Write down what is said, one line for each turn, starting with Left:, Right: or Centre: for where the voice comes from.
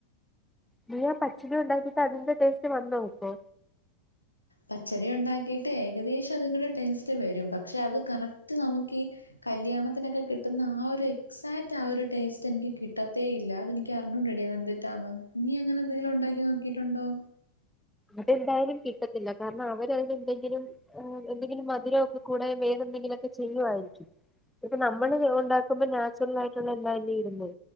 Centre: നീ ആ പച്ചടി ഉണ്ടാക്കിട്ട് അതിന്റെ ടേസ്റ്റ് വന്നോ അപ്പോ?
Left: പച്ചടി ഉണ്ടാക്കിയിട്ട് ഏകദേശം അതിൻ്റൊരു ടേസ്റ്റ് വരും, പക്ഷെ അത് കറക്റ്റ് നമുക്കി കല്യാണത്തിനൊക്കെ കിട്ടുന്ന ആ ഒരു എക്സാക്റ്റ് ആ ഒരു ടേസ്റ്റ് എനിക്ക് കിട്ടത്തേ ഇല്ല, അതെനിക്ക് അറിഞ്ഞൂടടി അത് എന്തിട്ടാന്ന്, നീ അങ്ങനെ എന്തെങ്കിലും ഉണ്ടാക്കി നോക്കിട്ടുണ്ടോ?
Centre: അതെന്തായാലും കിട്ടത്തില്ല കാരണം അവരതിന് എന്തെങ്കിലും എന്തെങ്കിലും മധുരൊക്കെ കൂടെ വേറെ എന്തെങ്കിലെക്കെ ചെയ്യുവായിരിക്കും, എന്നിട്ട് നമ്മള് ഉണ്ടാക്കുമ്പോ നാച്ചുറലായിട്ടുള്ള എല്ലാല്ലെ ഇടുന്നെ